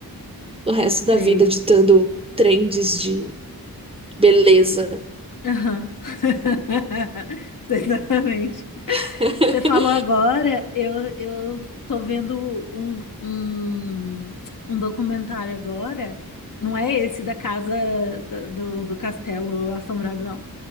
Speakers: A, on the right; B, on the left.
A: o resto da
B: Sei.
A: vida ditando trends de beleza.
B: Aham. <laughs> Exatamente.
A: <laughs>
B: Você falou agora, eu, eu tô vendo um, um, um documentário agora. Não é esse da casa da- do, do Castelo Assombrado, não.